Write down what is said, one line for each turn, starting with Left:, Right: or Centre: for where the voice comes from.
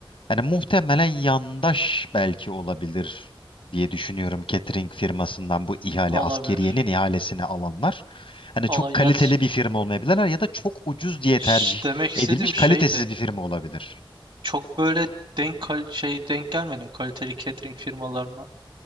Left: Hani muhtemelen yandaş belki olabilir diye düşünüyorum catering firmasından bu ihale
Right: olabilir.
Left: askeriyenin ihalesini alanlar. Hani
Right: Olay
Left: çok kaliteli
Right: ya
Left: bir firma olmayabilirler ya da çok ucuz diye
Right: Şş,
Left: tercih
Right: demek istediğim
Left: edilmiş kalitesiz
Right: şeydi.
Left: bir firma olabilir.
Right: Çok böyle denk kal- şey denk gelmedim kaliteli catering firmalarına.